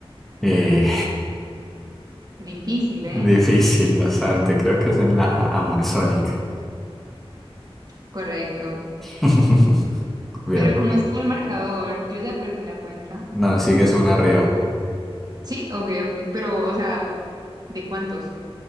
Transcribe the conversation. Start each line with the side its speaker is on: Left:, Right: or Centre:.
Centre: Eh,
Right: Difícil, ¿eh?
Centre: difícil, bastante. Creo que es en la Amazónica.
Right: Correcto.
Centre: <laughs> Bien.
Right: Pero ¿cómo es que el marcador? Yo ya perdí la cuenta.
Centre: No, sigues una arriba.
Right: Sí, ok, ok. Pero, o sea, ¿de cuántos?